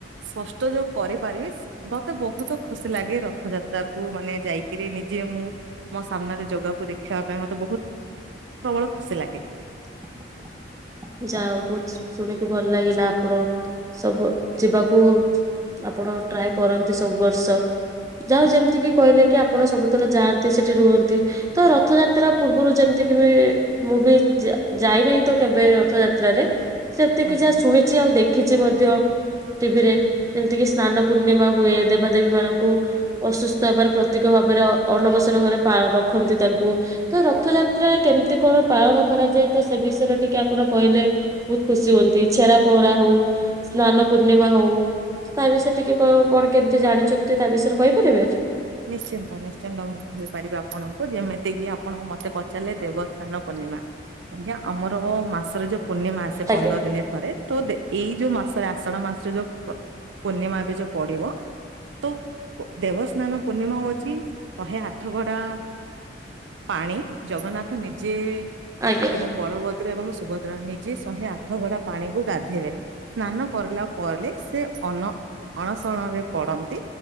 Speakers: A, on the right; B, on the right.
A: ସ୍ପଷ୍ଟ ଯୋଉ କରିପାରିବି ମତେ ବହୁତ ଖୁସି ଲାଗେ ରଥଯାତ୍ରା। ତାକୁ ମାନେ ଯାଇକିରି ନିଜେ ମୁଁ ମୋ ସାମ୍ନାରେ ଜଗାକୁ ଦେଖିବା ପାଇଁ ମତେ ବହୁତ ପ୍ରବଳ ଖୁସି ଲାଗେ
B: <inaudible> ଯା ବହୁତ ଶୁଣିକି ଭଲ ଲାଗିଲା ଆପଣ ସବୁ ଯିବାକୁ ଆପଣ ଟ୍ରାଏ କରନ୍ତି ସବୁ ବର୍ଷ ଯାହା ଯେମତି କିି କହିଲେ କି ଆପଣ ସବୁଥର ଯାଆନ୍ତି ସେଠି ରୁହନ୍ତି ତ ରଥଯାତ୍ରା ପୂର୍ବରୁ ଯେମିତି ମୁଁ ବି ଯାଇନାହିଁ ତ କେବେ ରର୍ଥଯାତ୍ରାରେ ସେତିକି
A: ଆଜ୍ଞା।
B: ଯାହା ଶୁଣିଛି ଆଉ ଦେଖିଛି ମଧ୍ୟ। ଟିଭିରେ ଯେମିତିକି ସ୍ନାନ ପୂର୍ଣ୍ଣିମା ହୁଏ ଦେବାଦେବୀମାନଙ୍କୁ ଅସୁସ୍ଥ ହେବାର ପ୍ରତି ଭାବରେ ଅଣବସର ଘରେ ରଖନ୍ତି ତାଙ୍କୁ ତ ରଥଯାତ୍ରା କେମିତି କଣ ପାଳନ। କରାଯାଏ ତ ସେ ବିଷୟରେ ଟିକେ ଆ ଠାକୁର କହିଲେ ବହୁତ ଖୁସି ହୁଅନ୍ତି ଛେରା ପହରା ହଉ ସ୍ନାନ ପୂର୍ଣ୍ଣିମା ହଉ। ତା ବିଷୟରେ ଟିକେ କଣ କେମିତି ଜାଣିଛନ୍ତି ତା ବିଷୟରେ କହିପାରିବେ?
A: ନିଶ୍ଚିନ୍ତ ନିଶ୍ଚିନ୍ତ ମୁଁ କହିପାରିବି ଆପଣଙ୍କୁ ଯେମିତିକି ଆପଣ ମତେ ପଚାରିଲେ ଦେବସ୍ନାନ ପୂର୍ଣ୍ଣିମା ଆଜ୍ଞା ଆମର ମାସର ଯୋଉ ପୂର୍ଣ୍ଣିମା ଆସେ
B: ଆଜ୍ଞା
A: ପନ୍ଦର ଦିନେ ଥରେ, ତ ଏଇ ଯୋଉ ମାସରେ ଆଷାଢ ମାସରେ ଯୋଉ ପୂର୍ଣ୍ଣିମା ଏବେ ଯୋଉ ପଡିବ ତ ଦେବସ୍ନାନ ପୂର୍ଣ୍ଣିମା ହଉଛି ଶହେ ଆଠ ଭଡା ପାଣି ଜଗନ୍ନାଥ ନିଜେ
B: ଆଜ୍ଞା
A: ଏବଂ ବଳଭଦ୍ର ଏବଂ ସୁଭଦ୍ରା ନିଜେ ଶହେ ଆଠ ଗଡା ପାଣିକୁ ଗାଧେଇବେ ସ୍ନାନ କରିଲା ପରେ ସେ ଅନ ଅଣସରରେ ପଡନ୍ତି।